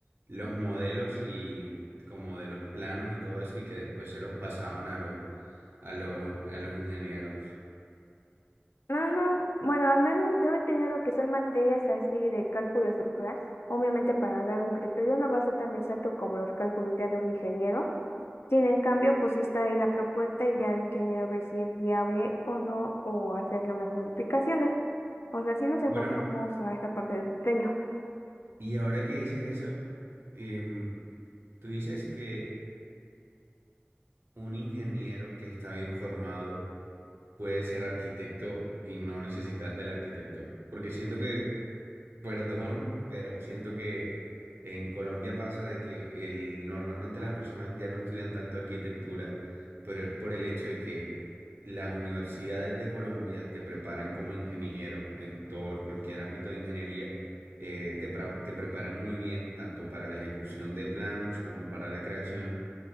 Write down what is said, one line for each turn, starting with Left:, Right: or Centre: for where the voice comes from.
Right: los modelos y como de los planos y todo eso y que después se los pasaban a los a los a los ingenieros.
Left: No, no, bueno, al menos yo he tenido lo que son materias así de cálculo estructural, obviamente para dar un criterio no va a ser tan exacto como los cálculos ya de un ingeniero. Sin en cambio, pues sí está ahí la propuesta y ya el ingeniero ve si es viable o no, o hacerle unas modificaciones. O sea, sí nos enfocamos
Right: Bueno,
Left: a esta parte del diseño.
Right: y ahora que dices eso, em, tú dices que un ingeniero que está bien formado puedes ser arquitecto y no necesitar del arquitecto. Porque siento que, perdón, pero siento que en Colombia pasa de que el, normalmente las personas ya no estudian tanto arquitectura, pero es por el hecho de que las universidades de Colombia te preparan como ingeniero en todo, cualquier ámbito de ingeniería. eh, te, pra- te preparan muy bien tanto para la ejecución de planos como para la creación,